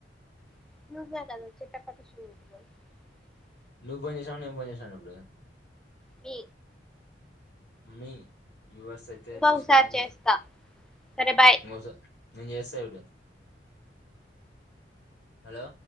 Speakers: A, in the centre; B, on the left.
A: <inaudible>
B: నువ్వు ఫోన్ చేసావా నేను ఫోన్ చేశానా ఇప్పుడు
A: మీ
B: మీ యూవర్స్ అయితే
A: ఇంకొకసారి
B: చూసుకో టైం చూసి
A: చేస్తా సరే బాయ్
B: మస నేను చేస్తా చూడు హలో